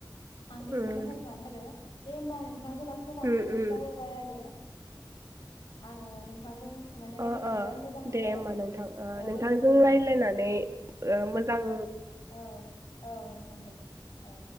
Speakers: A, on the left; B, on the right.
A: <unintelligible>
B: उम
A: सानो आरो दे होमबा नों नोंथां जोंना समाबो
B: उम उम
A: जाबोबाय आरो आङो नोंथांजों माने
B: अ
A: रायलायनानै
B: अ
A: बिराद मोजां मोनबाय
B: दे होमबा नोंथां ओ नोंथांजों
A: गोजोन्थों
B: रायलायनानै
A: औ
B: ओ मो जां
A: औ औ नोंथां दे औ।